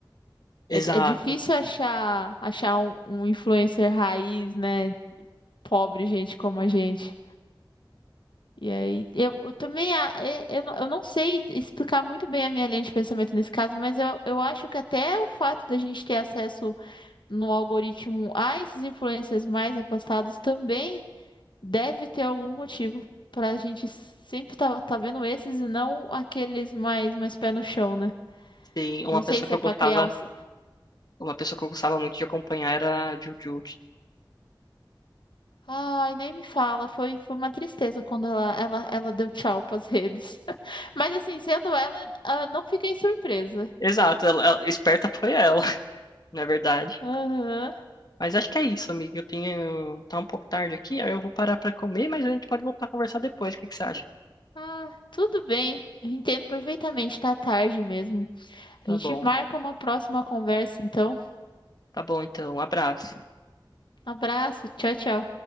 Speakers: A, on the left; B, on the left.
A: Exato.
B: É, é difícil achar, achar um, um influencer raiz, né? Pobre gente como a gente. E aí, eu, eu também, a- é- eu, não- eu não sei explicar muito bem a minha linha de pensamento nesse caso, mas eu, eu acho que até o fato da gente ter acesso no algoritmo a esses influencers mais afastados também deve ter algum motivo para a gente sempre tá, tá vendo esses e não aqueles mais, mais pé no chão, né?
A: Tem uma
B: Não
A: pessoa
B: sei se
A: que
B: é
A: eu gostava,
B: para criar uns.
A: uma pessoa que eu gostava muito de acompanhar era a Jujutsu.
B: Ai, nem me fala, foi, foi uma tristeza quando ela, ela, ela deu tchau pras redes. <laughs> Mas assim, sendo ela, ah, não fiquei surpresa.
A: Exato, ela, ela- esperta foi ela, <laughs> na verdade.
B: Aham.
A: Mas acho que é isso, amigo. Eu tenho, tá um pouco tarde aqui, aí eu vou parar pra comer, mas a gente pode voltar a conversar depois. O que que você acha?
B: Ah, tudo bem. Eu entendo perfeitamente. Tá tarde mesmo.
A: Tá
B: A gente
A: bom.
B: marca uma próxima conversa, então.
A: Tá bom, então. Um abraço.
B: Abraço. Tchau, tchau.